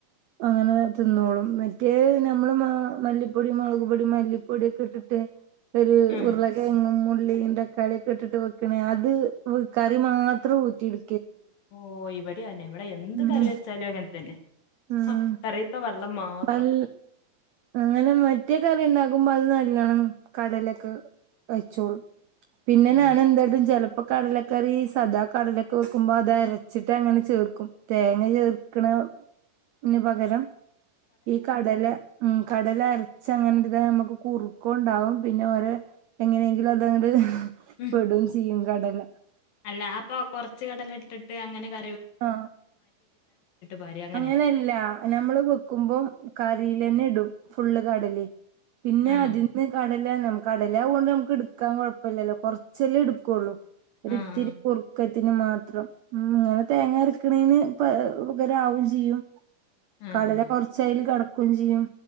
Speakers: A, on the right (about 85°); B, on the left (about 70°).
A: അങ്ങനെ തിന്നോളും <unintelligible> <unintelligible> നമ്മള് മ മല്ലിപ്പൊടി, മുളക് പൊടി മല്ലിപ്പൊടിയൊക്കെ ഇട്ടിട്ട് <unintelligible>
B: ഉം
A: ഉരുളക്കിഴങ്ങും ഉ ഉള്ളിയും തക്കാളിയൊക്കെ ഇട്ടിട്ട് വെക്കണ്. അത് കറി മാത്രം ഊറ്റിടു
B: ഓ ഇവിടെ അതന്നെ ഇവിടെ എന്ത്
A: ഉം
B: കറി വെച്ചാലും അങ്ങനെ തന്നെ
A: ഉം
B: ആ കറിത്ത വെള്ളം മാത്രം
A: അൽ അങ്ങനെ മറ്റേ കറി ഉണ്ടാക്കുമ്പോ അത് നല്ലോണം കടലൊക്കെ കയ്ച്ചോളും പിന്നെ
B: ഉം
A: ഞാൻ എന്തായിട്ടും ചെല <unintelligible> കടലക്കറി സദാ കടലൊക്കെ വെക്കുമ്പോ അത് അരച്ചിട്ട് അങ്ങനെ ചേർക്കും തേങ്ങ ചേർക്കണ ന് പകരം ഈ കടല <unintelligible> കടല അരച്ച് അങ്ങനെ <unintelligible> നമ്മക്ക് കുറുക്കും ഉണ്ടാവും പിന്നെ ഓരോ എങ്ങനെയെങ്കിലും അതങ്ങട്
B: ഉം
A: പെടും ചെയ്യും കടല
B: അല്ല അപ്പൊ കൊറച്ച് കടല ഇട്ടിട്ട് അങ്ങനെ ക
A: ആഹ്
B: പാര അങ്ങനെ
A: അങ്ങനെല്ല നമ്മള് വെക്കുമ്പോം കറി <unintelligible> ഇടും ഫുള്ള് കടലയും പിന്നെ
B: ആഹ്
A: അതിന്ന് കട <unintelligible> നമുക്ക് കടലാ കൊണ്ട് നമുക്ക് എടുക്കാൻ കുഴപ്പമില്ലല്ലോ കുറച്ചല്ലേ എടുക്കുള്ളൂ ഒരിത്തിരി
B: ആഹ്
A: കുറുക്കത്തിന് മാത്രം ഉം ഇങ്ങനെ തേങ്ങ അരക്കണേന് പ പകരാവേം ചെയ്യും
B: ആഹ് ആഹ്
A: കടല കുറച്ചയില് കട <unintelligible> ചെയ്യും